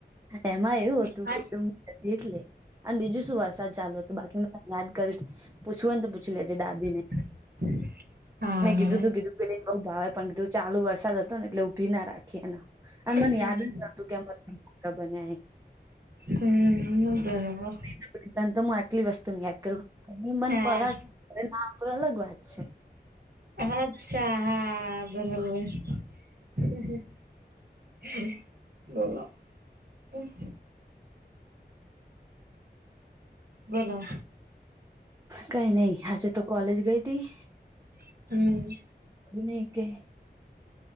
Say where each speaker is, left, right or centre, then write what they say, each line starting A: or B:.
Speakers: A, on the right; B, on the right.
A: એમાં એવું હતું
B: હાસ
A: કે ત એટલે અને બીજું શું વરસાદ ચાલુ હતો બાકી ત યાદ કરી પૂછવુંને તો પૂછી લેજે દાદી ને?
B: <inaudible> હા
A: મેં કીધું તુ કીધું પેલીને બઉ ભાવે પણ કીધું ચાલ વરસા હતો ને એટલે ઉભી ના રાખે. અને
B: હમ
A: મને યાદ જ નતું કે અ મો બન્યા.
B: હમ બરોબર
A: <unintelligible> તો આટલી વસ્તુને યાદ કરું મન
B: હા
A: પરાઠે અરે ના આપડે અલગ વાત છે.
B: અચ્છા હા બરોબર હમ્મ હમ્મ બોલો હમ્મ. બોલો.
A: કાઈ નઈ આજે તો કોલેજ ગઈ હતી
B: હમ
A: નઈ કે